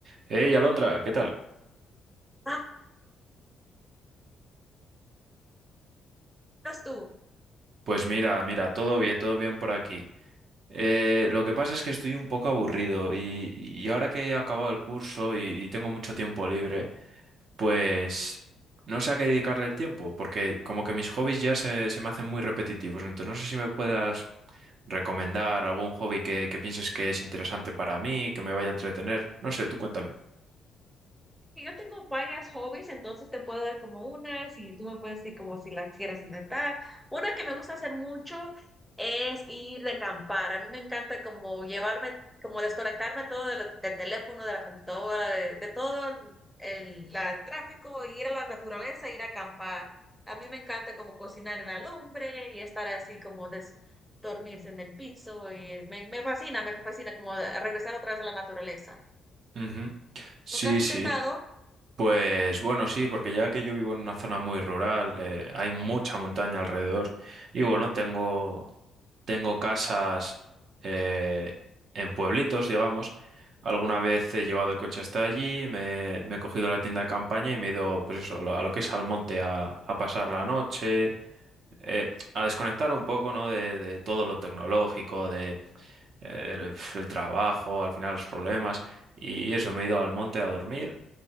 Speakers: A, on the right (about 60°); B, in the centre.
A: Hey, Alondra, ¿qué tal?
B: Ah, eras tú.
A: Pues mira, mira, todo bien, todo bien por aquí. Eh, lo que pasa es que estoy un poco aburrido y, y ahora que he acabado el curso y, y tengo mucho tiempo libre, pues no sé a qué dedicarle el tiempo, porque como que mis hobbies ya se, se me hacen muy repetitivos. Entonces no sé si me puedas recomendar algún hobby que, que pienses que es interesante para mí, que me vaya a entretener. No sé, tú cuéntame.
B: que Yo tengo varias hobbies, entonces te puedo dar como unas y tú me puedes decir como si la quieres inventar. Una que me gusta hacer mucho es ir de acampar. A mí me encanta como llevarme, como desconectarme todo de del teléfono, de la computadora, de, de todo el, la- el tráfico, ir a la naturaleza, ir a acampar. A mí me encanta como cocinar en la lumbre y estar así como des, dormirse en el piso. Y me, me fascina, me fascina como regresar otra vez a la naturaleza.
A: Ujú. Sí,
B: ¿Nunca has
A: sí.
B: intentado?
A: Pues bueno, sí, porque ya que yo vivo en una zona muy rural, eh, hay mucha montaña alrededor. Y bueno, tengo, tengo casas eh, en pueblitos, digamos. Alguna vez he llevado el coche hasta allí, me, me he cogido la tienda de campaña y me he ido, pues eso, lo- a lo que es al monte a, a pasar la noche, eh, a desconectar un poco, ¿no? De, de todo lo tecnológico, de eh, el el trabajo, al final los problemas. Y eso, me he ido al monte a dormir.